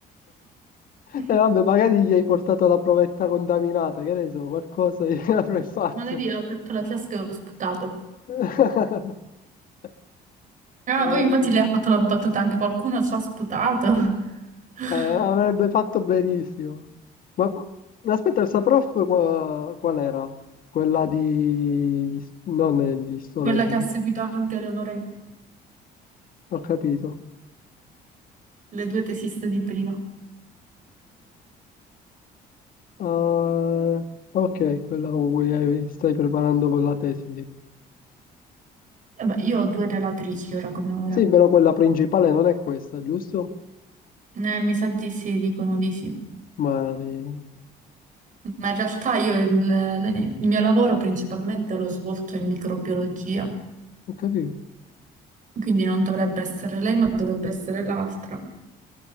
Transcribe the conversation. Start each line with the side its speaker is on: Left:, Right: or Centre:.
Left: E
Right: <laughs>
Left: vabbè, magari gli hai portato la provetta contaminata, che ne so, qualcosa gli <laughs> avrai fatto.
Right: Magari ho aperto la fiasca e ho sputato.
Left: <laughs>
Right: Ah,
Left: Eh,
Right: poi infatti lei ha fatto la battuta, anche qualcuno ci ha sputato. <laughs>
Left: eh, avrebbe fatto benissimo. Ma ma aspetta, questa prof qua- qual era? Quella di... non è di istologia.
Right: Quella che ha seguito anche Eleonora,
Left: Ho capito.
Right: le due tesiste di prima.
Left: Ah, ok, quella con cui hai- stai preparando con la tesi.
Right: E beh, io ho due relatrici ora come ora.
Left: Sì, però quella principale non è questa, giusto?
Right: Eh, mi sa di sì, dicono di sì.
Left: Mari.
Right: Ma in realtà io il, il mio lavoro principalmente l'ho svolto in microbiologia,
Left: Ho capito.
Right: quindi non dovrebbe essere lei, ma dovrebbe essere l'altra.